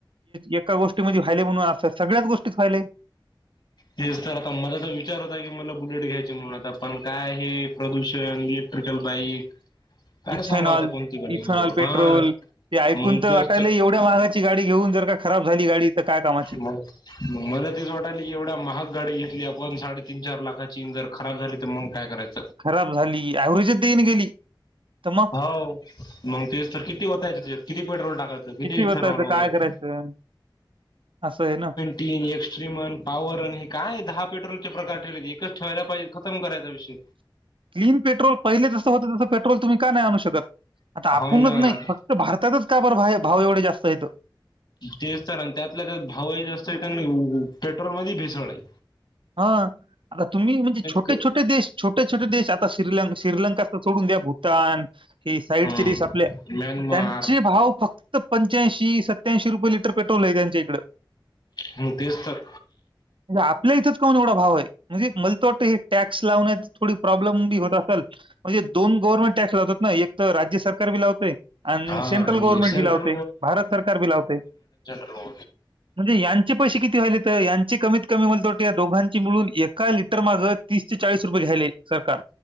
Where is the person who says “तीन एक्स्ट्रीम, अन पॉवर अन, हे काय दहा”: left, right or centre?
Left